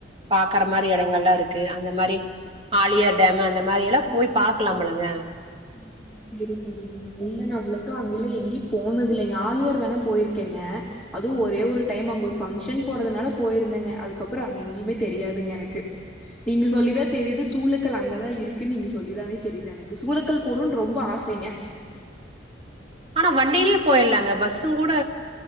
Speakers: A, on the right; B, in the centre.
A: பாக்கற மாறி எடங்கல்லா இருக்கு அந்த மாறி ஆழியார் டேம் அந்த மாறியெல்லாம் போய் பாக்கலாமில்லங்க
B: உம் உம் சேரி சரிங்க இல்லங்க அவ்ளோக்கா அங்க எல்லா எங்கயு போனதில்லைங்க ஆலியார் வேணா போயிருக்கேங்க அதுவு ஒரே ஒரு டைம் அங்க ஒரு பங்க்ஷன் போறதுனால போயிருந்தேங்க அதுக்கப்றோ அங்க எங்கயுமே தெரியாதுங்க எனக்கு நீங்க சொல்லிதா தெரியுது சூழக்கல் அங்கதா இருக்குன்னு நீங்க சொல்லிதானே தெரியுது எனக்கு சூழக்கல் போணும்னு ரொம்ப ஆசைங்க
A: ஆனா வண்டியிலயே போயிடலாங்க பஸ்ஸும் கூட